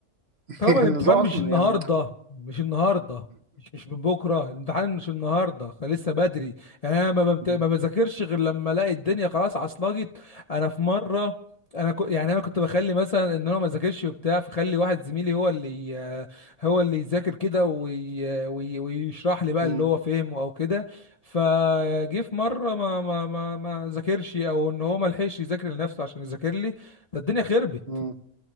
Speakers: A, on the right (about 50°); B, on the left (about 40°).
A: <laughs>
B: طبعا الامتحان
A: النظام اصلا
B: مش النهارده
A: يعني
B: مش النهارده مش مش من بكره الامتحان مش النهارده خ- لسه بدري يعني انا ما بمت...
A: <laughs>
B: ما بذاكرش غير لما الاقي الدنيا خلاص عصلجت انا في مره انا ك... يعني انا كنت بخلي مثلا ان انا ما ذاكرش وبتاع فخلي واحد زميلي هو اللي ي- هو اللي يذاكر كده وي... وي... ويشرح لي بقى
A: مم.
B: اللي هو فهمه او كده فجه في مره ما ما ما ما ذاكرش او ان هو ما لحقش يذاكر لنفسه عشان يذاكر لي ده الدنيا خربت
A: مم.